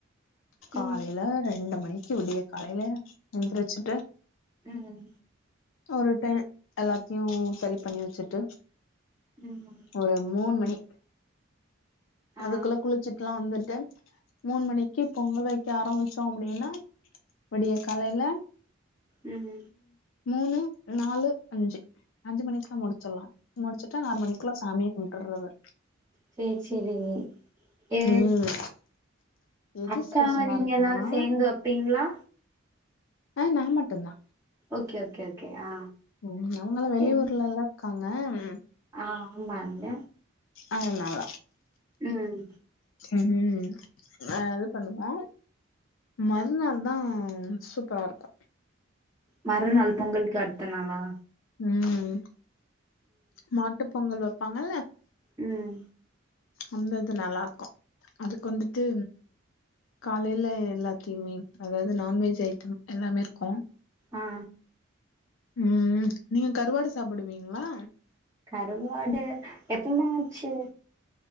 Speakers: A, on the left (about 70°); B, on the right (about 15°).
A: காலையில
B: ம்
A: ரெண்டு மணிக்கு விடிய காலையில எந்திரிச்சிட்டு
B: ம்
A: ஒரு டை எல்லாத்தியு சரி பண்ணி வச்சிட்டு
B: ம்
A: ஒரு மூண் மணி
B: ஆ
A: அதுக்குள்ள குளிச்சிட்லா வந்துட்டு மூண் மணிக்கி பொங்கல் வைக்க ஆரம்பிச்சோ அப்டின்னா விடிய காலையில
B: ம்
A: மூணு நாலு அஞ்சு அஞ்சு மணிக்குல முடிச்சல்லா முடிச்சிட்டு ஆறு மணிக்குள்ள சாமியே கும் டர்றது
B: சேர் செரி மி ஏ
A: ம் எது
B: அக்கா
A: ஸ்பெஷலா
B: நீங்க
A: இருக்கும்னா
B: எல்லாரு சேந்து வப்பீங்ளா
A: ஆ நா மட்டு தா
B: ஓகே ஓகே ஓகே ஆ
A: உம் அவுங்கல்லா வெளியூர்ல
B: என்
A: எல்லா இருக்காங்க ம்
B: ஆ ஆமாந்த
A: அதனால
B: ம்
A: உம் ஆ இது பண்ணுவ மறுநாள் தா சூப்பரா இருக்கு
B: மறுநாள் பொங்கலுக்கு அடுத்த நாளா
A: உம் மாட்டு பொங்கல் வப்பாங்கல்ல
B: உம்
A: அந்தது நல்லாருக்கு அதுக்கு வந்துட்டு காலைல எல்லாத்தியுமே அதாது நான்வெஜ் ஐட்டம் எல்லாமே இருக்கும்
B: ஆ
A: உம் உம் நீங்க கருவாடு சாப்புடுவீங்களா
B: கருவாடு எப்பமாச்சு